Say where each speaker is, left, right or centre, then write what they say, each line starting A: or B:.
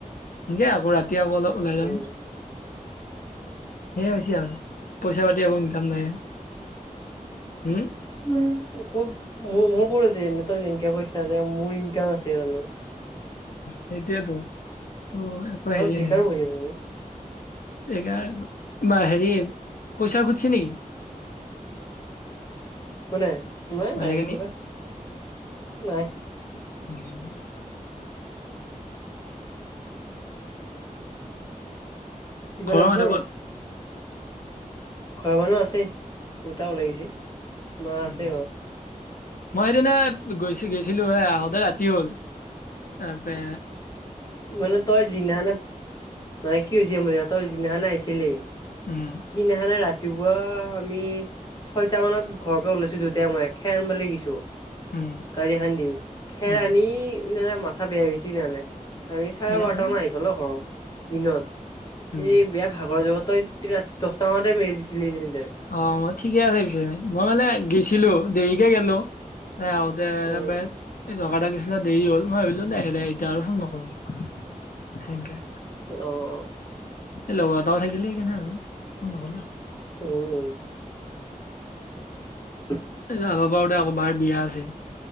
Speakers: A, on the left (about 80°); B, on the left (about 30°).
A: সেনকে আকৌ ৰাতি আকৌ অলপ ওলাই যাম।
B: উম
A: সেইয়াই হৈছে আৰু পইচা পাতি একো ইনকাম নাই, উম।
B: উ, ক'ত মোৰ মোৰ ক'ত আছে এনে তই যেনকে কৈছা যে মোৰ ইনকাম আছে জানো।
A: সেইটোয়েতো অ', একো
B: ঘৰত
A: হেৰিয়ে
B: বেকাৰ
A: নাই।
B: বহি আছো নে
A: হেইকাৰনে বা হেৰি পইচা খুজছে নেকি?
B: কোনে নাই
A: ভালেখিনি
B: নাই খোজা নাই।
A: <unintelligible>
B: <unintelligible> দিব
A: ঘৰৰ
B: লাগিব
A: মানুহ
B: আৰু।
A: ক'ত
B: ঘৰৰ মানুহো আছেই <unintelligible> মা
A: উম।
B: আছে ঘৰত
A: মই সেইদিনা গৈছ গৈছিলো এ আহোতে ৰাতি হ'ল তাৰপা
B: মানে তই জি <unintelligible> মানে কি হৈছে মোৰ সিহতৰ যিদিনা আহছিলি
A: উম
B: খানে ৰাতিপুৱা আমি ছয়টা মানত ঘৰৰ পৰা ওলাইছো। তিয়া মই খেৰ আনিব লাগিছো
A: উম
B: গাড়ী এখান দি খেৰাণী
A: উম
B: মাথা বেয়া হৈ গিচি মানে। আমি চাৰে
A: উম
B: বাৰটামান আহি পালো ঘৰ দিনত
A: উম
B: এই বিয়া ভাগৰ জগতো <unintelligible> দহটা মানতে মেলি দিছিলি <unintelligible>
A: অ', ঠিকে আছে পিছে মই মানে গেছিলো দেৰিকে গেলো। এ আহোতে
B: উম
A: এই টকা <unintelligible> দেৰি হ'ল মই ভাবিলো নাই এতিয়া আৰু ফোন নকৰো সেনেকে।
B: অ', অ'।
A: এই লগৰ এটাও থাকিলে সেই কাৰণে।
B: উম, উম। <unintelligible>
A: যাবা পাৰু দে আকৌ বাৰ বিয়া আছে